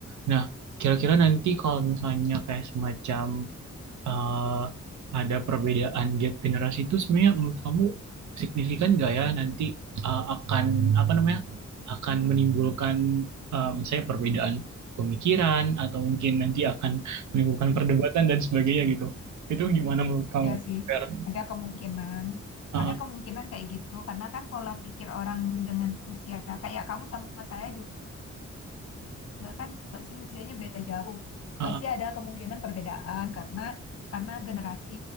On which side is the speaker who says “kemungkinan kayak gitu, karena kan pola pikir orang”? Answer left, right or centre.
Left